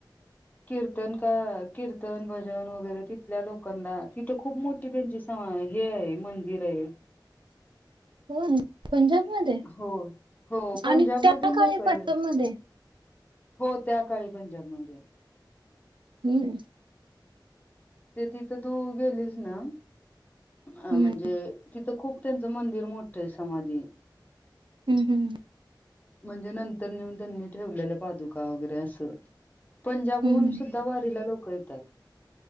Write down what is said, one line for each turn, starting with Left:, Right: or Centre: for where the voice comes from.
Left: कीर्तन का कीर्तन भजन वगैरे तिथल्या लोकांना तिथं खूप मोठी त्यांची स हे आहे. मंदिर आहे.
Right: हो. पंजाब मध्ये
Left: हो हो पंजाब
Right: आणि
Left: मधून
Right: त्या काळी
Left: लोक आहे
Right: पजाब मध्ये.
Left: हो त्या काळी पंजाबमध्ये.
Right: हम्म
Left: ते तिथं तू गेलीस ना. अ
Right: हम्म
Left: म्हणजे तिथं. खूप त्यांचं मंदिर मोठं आहे. समाधी.
Right: हम्म हम्
Left: म्हणजे नंतर नेऊन त्यांनी ठेवलेल्या पादुका वगैरे अस. पंजाबहून
Right: हम्म
Left: सुद्धा वारीला लोक. करतात.